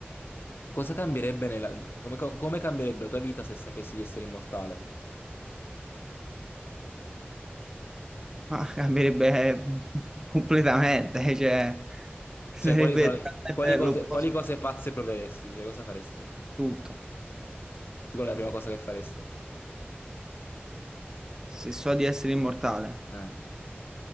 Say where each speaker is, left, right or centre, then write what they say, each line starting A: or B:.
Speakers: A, on the left; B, on the right.
A: Cosa cambierebbe nella... come, co- come cambierebbe la tua vita se sapessi di essere immortale?
B: Ma cambierebbe <laughs> completamente, cioè sarebbe
A: Cioè, quali sono le-
B: totalmente
A: quali cose,
B: l'opposto
A: quali cose pazze proveresti? Cioè, cosa faresti?
B: di tutto.
A: Tu Qual è la prima cosa che faresti?
B: Se so di essere immortale,
A: Eh,